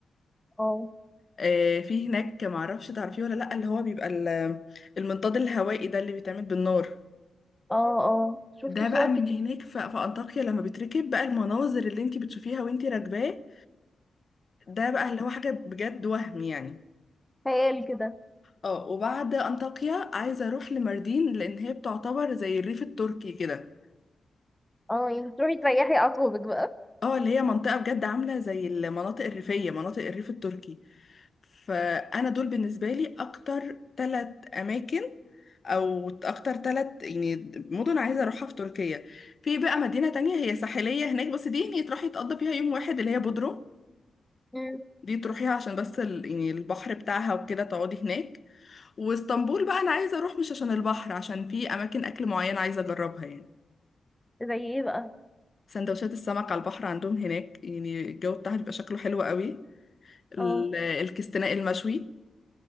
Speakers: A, in the centre; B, on the left.
A: اه
B: آه، في هناك معرفش تعرفيه ولا لأ اللي هو بيبقى ال- المنطاد الهوائي ده اللي بيتعمل بالنار
A: اه اه شفت
B: ده
A: صور
B: بقى من
A: كتير
B: هناك ف- في أنطاكيا لما بتركب بقى المناظر اللي انتي بتشوفيها وانتي راكباه ده بقى اللي هو حاجة بجد وهم يعني
A: خيال كده
B: اه وبعد أنطاكيا عايزة أروح لماردين لأن هي بتعتبر زي الريف التركي كده
A: اه يعني تروحي تريحي اعصابك بقى
B: اه اللي هي منطقة بجد عاملة زي المناطق الريفية مناطق الريف التركي فأنا دول بالنسبة لي أكتر ثلاث أماكن او اكتر ثلاث يعني مدن عايزه اروحها في تركيا في بقى مدينه تانية هي ساحليه هناك بس دي يعني تروحي تقضي فيها يوم واحد اللي هي بودرو
A: مم.
B: دي تروحيها عشان بس ال... يعني البحر بتاعها وكده تقعدي هناك واسطنبول بقى انا عايزه اروح مش عشان البحر عشان في اماكن اكل معين عايزه اجربها يعني
A: زي ايه بقى
B: سندوتشات السمك على البحر عندهم هناك يعني الجو بتاعها بيبقى شكله حلو قوي ال-
A: اه
B: الكستناء المشوي